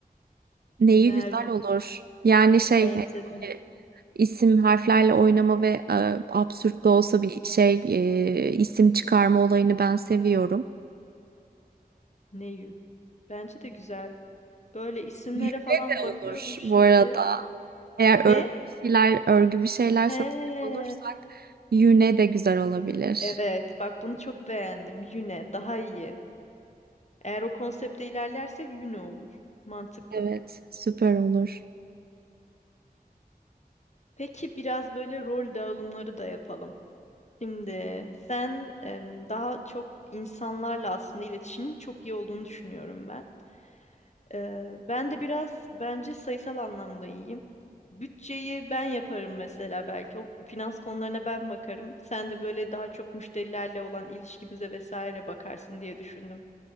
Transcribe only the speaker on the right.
Neyi
güzel olur. Yani şey
hani
böyle isim harflerle oynama ve e, absürt de olsa bir şey e, isim çıkarma olayını ben seviyorum.
Yüre
de
olur
bu arada. Eğer
örgü bir şeyler, örgü bir şeyler
satacak olursak yüne de güzel olabilir.
Evet, süper olur.